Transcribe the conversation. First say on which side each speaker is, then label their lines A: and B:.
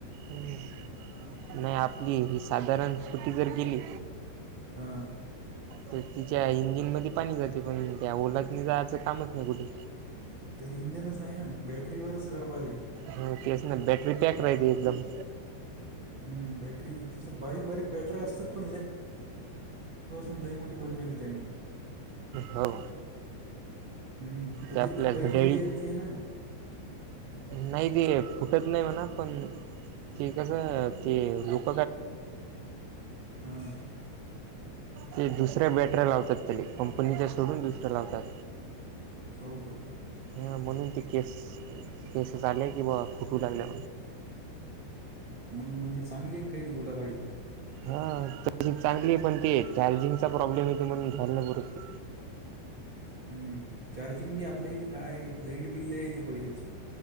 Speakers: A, on the right; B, on the right.
A: नाही आपली ही साधारण. स्कुटी जर गेली
B: हा
A: तर तिच्या इंजिनमध्ये. पाणी जाते पण त्या ओलात जायचं कामच नाही कुठे.
B: त्याला इंजनच नाही ना बॅटरीवरच कारभार आहे.
A: हा तेच ना बॅटरी पॅक राहती एकदम
B: हम बॅटरी तिच्यात लई मोठी बनवली त्याने.
A: हो.
B: हम्म पण
A: ते आपल्या
B: ती फुटायची
A: घड्याळीत
B: बी लय भीती आहे ना
A: नाही ते फुटत नाही म्हणा पण ते कसं ते लुक
B: हां.
A: ते दुसऱ्या बॅटऱ्या लावतात तेनी कंपनीच्या सोडून दुसर्या लावतात.
B: हो का?
A: हां म्हणून ते केस केसेस आले कि बुवा फुटू लागल्या.
B: मंग म्हणजे चांगली आहे काय ती ओला गाडी?
A: हां तशी चांगली आहे पण ते चार्जिंगचा प्रॉब्लेम येते म्हणून घ्यायला नाही पुरत. ते.
B: हम्म चार्जिंग बी आपल्या इथे काय लाईट बिल लई येते पहिलेच.